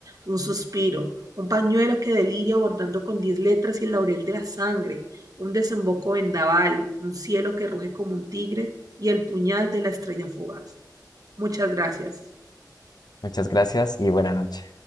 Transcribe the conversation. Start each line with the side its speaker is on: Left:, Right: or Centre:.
Right: un suspiro, un pañuelo que deliria bordando con diez letras y el laurel de la sangre un desemboco vendaval, un cielo que ruge como un tigre y el puñal de la estrella fugaz. Muchas gracias.
Left: Muchas gracias y buena noche.